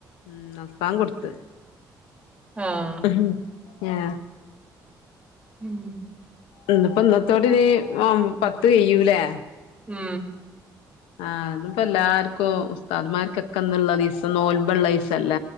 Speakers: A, on the left; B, on the right.
A: ഉം അസ്റാങ്ക് കൊട്ത്ത്
B: ആഹ്
A: ഉം ആ
B: ഉം
A: ഇന്നിപ്പോ ഇന്നത്തോടി നീ ആ പത്ത് കയൂലേ
B: ഉം
A: ആഹ ഇന്ന്പ്പ എല്ലാർക്കും ഉസ്താദ്മാർക്കൊക്കെന്നുള്ളതിസം നോൽബള്ള തീസം തല്ല